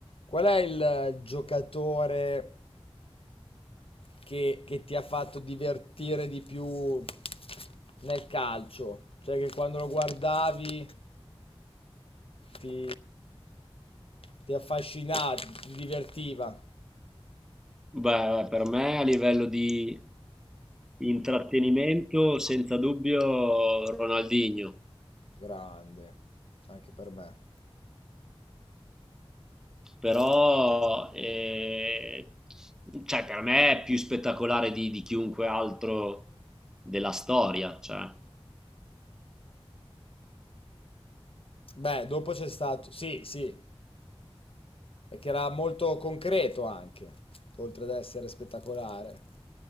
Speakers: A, on the left; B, in the centre.
A: Qual è il eh, giocatore che, che ti ha fatto divertire di più nel calcio? Cioè che quando lo guardavi ti, ti affascinava, ti, ti divertiva.
B: Beh, per me a livello di intrattenimento, senza dubbio Ronaldinho,
A: Grande, anche per me.
B: però eh, cioè, per me è più spettacolare di, di chiunque altro della storia. cioè.
A: Beh, dopo c'è stato... Sì, sì, e che era molto concreto anche, oltre ad essere spettacolare.